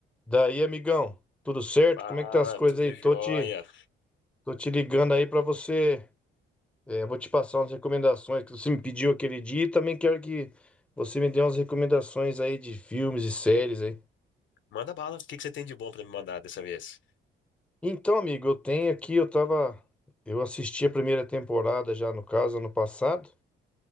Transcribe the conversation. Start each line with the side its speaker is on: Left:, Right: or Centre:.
Centre: Daí, amigão, tudo certo?
Left: Fala,
Centre: Como é que tá as coisas
Left: tudo
Centre: aí? Tô
Left: jóia.
Centre: te, tô te ligando aí pra você. é, vou te passar umas recomendações que você me pediu aquele dia e também quero que você me dê umas recomendações aí de filmes e séries aí.
Left: Manda bala. O que que você tem de bom pra me mandar dessa vez?
Centre: Então, amigo, eu tenho aqui, eu tava, eu assisti a primeira temporada já no caso ano passado